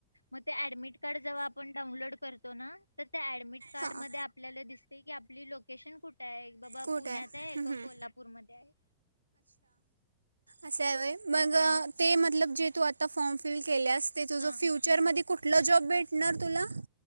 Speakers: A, on the left (about 85°); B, on the right (about 80°).
A: मग ते ऍडमिट कार्ड जवा आपण डाऊनलोड कर तो ना त्या ऍडमिट कार्ड
B: हां
A: मध्ये आपल्याला दिस ती की आपली लोकेशन कुठ आहे बाबा
B: कुठं
A: पुण्यात आहे
B: हम्म,
A: का
B: हम्म.
A: कोल्हापूरमध्ये आहे.
B: अस हाय होय मग ते मतलब जे तू आता फॉम फिल केल्यास ते तुझं
A: हा
B: फ्युचर मध्ये कुठ कुठला जॉब भेटणार तुला?